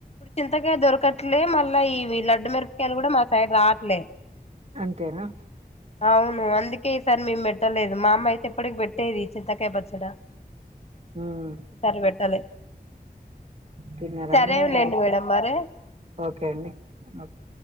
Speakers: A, on the left; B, on the right.
A: చింతకాయ దొరకట్లే మళ్ళీ, ఇవి లడ్డు మిరపకాయలు కూడా మా సైడ్ రావట్లే,
B: అంతేనా
A: అవును అందుకే ఈసారి మేము. పెట్టలేదు మా అమ్మ అయితే ఎప్పటికి పెట్టేది చింతకాయ పచ్చడా,
B: మ్మ్
A: ఈసారి పెట్టాలే,
B: తిన్నారా
A: సరే
B: అండి వేర
A: లేండి
B: అయితే
A: మేడం మరి
B: ఓకే అండి ఓకే,